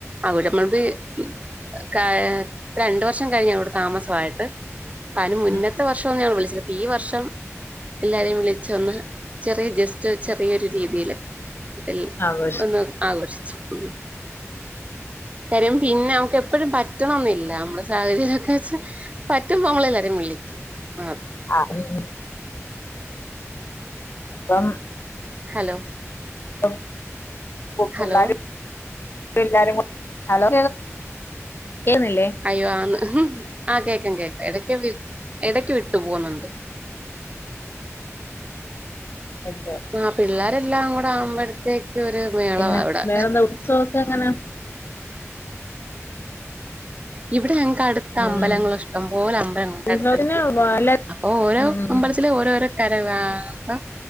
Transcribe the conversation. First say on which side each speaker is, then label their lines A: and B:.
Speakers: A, on the right; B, on the left.
A: അവടെ <unintelligible> രണ്ട് വർഷം കഴിഞ്ഞ അവടെ താമസമായിട്ട് അതിനു മുന്നത്തെ
B: ഉം
A: വർഷം ഒന്നും ഞാണ് വിളിച്ചില്ല ഈ വർഷം എല്ലാരെയും വിളിച്ച് ഒന്ന് ചെറിയ ജസ്റ്റ് ചെറിയൊരു രീതിയില് എ
B: ആഘോഷം
A: ഒന്ന് ആഘോഷിച്ചു ഉ കാര്യം പിന്നെ നമുക്ക് എപ്പഴും പറ്റണൊന്നില്ല നമ്മള് സാഹചര്യം ഒക്കെ വെച്ച് പറ്റുമ്പോങ്ങളെല്ലാരും വിളിക്കും ആഹ്
B: ആഹ് അപ്പം
A: ഹലോ
B: ഇപ്പൊ പിള്ളാരും
A: ഹലോ
B: <unintelligible> ഹലോ ഏന്നില്ലേ
A: അയ്യോ ആന്ന് ആഹ് കേക്കാം കേൾക്കാം എടക്ക് എടക്ക് വിട്ടു പോവുന്നുണ്ട്
B: എന്തോ
A: ആഹ് പിള്ളേരെല്ലാം കൂടെ ആവുമ്പോഴത്തേക്കൊ ഒരു മേളവാ
B: പിന്നെ
A: ഇവിടെ
B: വേറെന്താ ഉത്സവൊക്കെ എങ്ങനെ
A: ഇവിടെ ഞങ്ങക്കട് ത്ത്
B: ഉം
A: അമ്പലങ്ങള് ഇഷ്ടം പോലെ അമ്പലങ്ങളുണ്ട്
B: ഉത്സവത്തിന്
A: അടുത്തടുത്ത്
B: വല്ല
A: അപ്പോ ഓരോ
B: ഉം ഉം
A: അമ്പലത്തിലു ഓരോരോ വരവ് ആഹ് അപ്പ